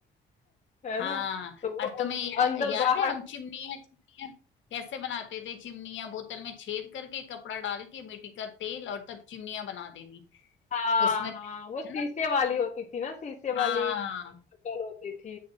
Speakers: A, on the left (about 35°); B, on the left (about 70°).
A: है
B: हाँ
A: ना तो वो
B: और तुम्हें
A: अं,
B: या,
A: अंदर
B: याद
A: बाहर
B: है हम चिमनियाँ चिमनियाँ कैसे बनाते थे चिमनियाँ बोतल में छेद करके कपड़ा डाल के मिट्टी का तेल और तब चिमनियाँ बना देनी
A: हाँ,
B: उसमें
A: हाँ, वो शीशे
B: है ना
A: वाली होती थी ना शीशे
B: हाँ
A: वाली बोतल होती थी